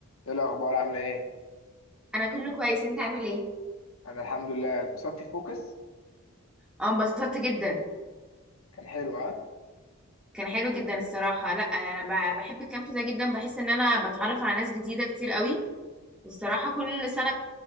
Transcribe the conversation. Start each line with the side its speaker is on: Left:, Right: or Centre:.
Left: ايه الاخبار عامله ايه
Centre: انا كله كويس انت عامل ايه
Left: انا الحمد لله اتبسطت في فوكس
Centre: اه انبسطت جدا
Left: كان حلو ها
Centre: كان حلو جدا الصراحه لا انا ب- بحب الكامب ده جدا بحس ان انا بتعرف على ناس جديده كتير قوي والصراحه كل سنه